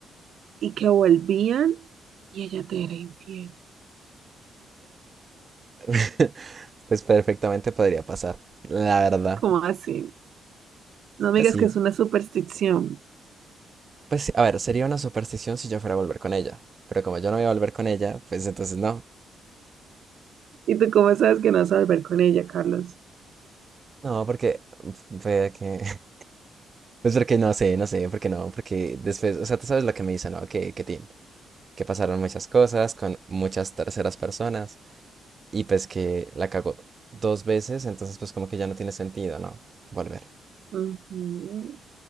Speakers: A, on the right; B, on the right.
A: y que volvían y ella te era infiel.
B: <laughs> Pues perfectamente podría pasar, la verdad.
A: ¿Cómo así? No me
B: Pues
A: digas
B: sí,
A: que es una superstición.
B: pues sí. A ver, sería una superstición si yo fuera a volver con ella. Pero como yo no voy a volver con ella, pues entonces no.
A: ¿Y tú cómo sabes que no vas a volver con ella, Carlos?
B: No, porque, fue que, <laughs> pues porque no sé, no sé, porque no, porque después, o sea, tú sabes lo que me dice, ¿no? Que, que tin, que pasaron muchas cosas con muchas terceras personas y pues que la cagó dos veces, entonces pues como que ya no tiene sentido, ¿no? Volver.
A: Ujú,